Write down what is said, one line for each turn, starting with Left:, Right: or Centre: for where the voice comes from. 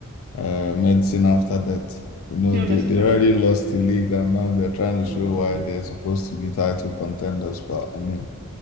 Left: uh, medicine after death. You know,
Right: Do you
Left: they,
Right: understand?
Left: they already lost the league and now they're trying
Right: Oh
Left: to show why
Right: God.
Left: they're supposed to be title contenders. But I mean,